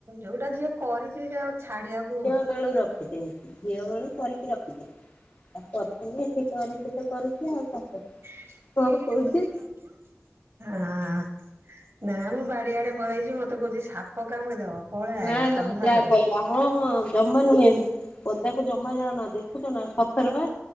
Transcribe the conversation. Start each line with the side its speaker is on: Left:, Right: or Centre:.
Right: ଯୋଉଟା ଯିଏ କରିଛି ଆଉ ଛାଡିଆକୁ
Left: ସକାଳୁ ରଖିଥିଲି ଝିଅ ବେଳୁ କରିକି ରଖିଥିଲି। ଆ କରଥିଲି ଏଠି କରିଛି କରୁଛି ଆଉ <unintelligible>
Right: ହଁ <unintelligible>
Left: କଣ କହୁଛି।
Right: ନା ମୁଁ ବାଡିଆଡେ ପଳେଇଛି ମତେ କହୁଛି ସାପ କାମୁଡି ଦବ ପାଳା
Left: ନା
Right: ଆଇ
Left: ନା
Right: ଅନ୍ଧାରରୁ।
Left: ଯାହା କହିଲା ହଁ ହଁ ଜମା ନୁହେଁ ପଦାକୁ ଜମା ଯାଅନା ଦେଖୁଛ ନା ସତରେ ପା।